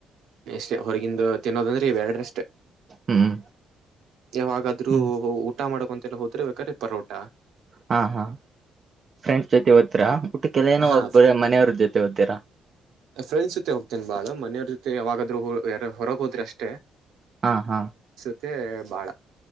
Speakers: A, on the right (about 80°); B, on the right (about 40°).
A: ಎಷ್ಟೇ ಹೊರಗಿಂದು ತಿನ್ನೋದಂದ್ರೀ ಬ್ಯಾಡ್ರಷ್ಟ ಮತ್ತು
B: ಹ್ಮ್
A: ಯಾವಾಗಾದ್ರೂ
B: ಹ್ಮ್
A: ಊಟ ಮಾಡ ಂತೆಲ್ಲ ಹೋದ್ರೆ ಬೇಕಾದ್ರೀ ಪರೋಟಾ
B: ಹಾ ಹಾ ಫ್ರೆಂಡ್ಸ್ ಜೊತೆ ಹಓದಾ ಟ್ಟು ಕೆಲನ
A: ಹಾ
B: ಒೋಗಬರ ಮನೆಯವ್ರ ಜೊತೆ ಹಓದ್ ತರ
A: ಫ್ರೆಂಡ್ಸ್ ಜೊತೆ ಹೋಗ್ತೇನೆ ಬಾಳ ಮನೆಯವ್ರ ಜೊತೆ ಯಾವಾಗಾದ್ೂ ಯಾರ ಹೊರಗೆ ಹೋದ್ರೆ ಅಷ್ಟೇ
B: ಹಾ ಹಾ
A: ಮತ್ತೆ ಬಾಳ